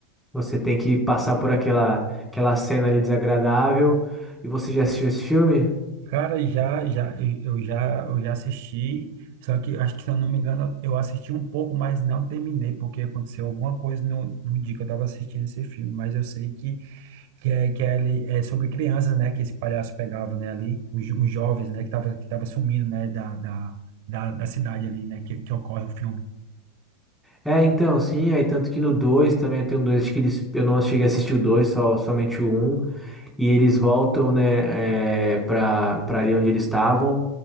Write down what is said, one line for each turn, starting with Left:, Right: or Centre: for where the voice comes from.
Centre: você tem que passar por aquela, aquela cena ali desagradável. E você já assistiu esse filme?
Right: Cara, já, já, eu já, eu já assisti, só que acho que, se eu não me engano, eu assisti um pouco, mas não terminei, porque aconteceu alguma coisa no, no dia que eu estava assistindo esse filme, mas eu sei que, que, é, que é, ali- é sobre crianças, né, que esse palhaço pegava, né, ali, os, jo- os jovens, né, que tava, que tava sumindo, né, da, da, da, da cidade ali, né, que, que ocorre o filme.
Centre: É, então, sim, aí tanto que no 2 também eu tenho dois, acho que eles, eu não cheguei a assistir o 2, só somente o Um. e eles voltam, né, é, para pra ali onde eles estavam.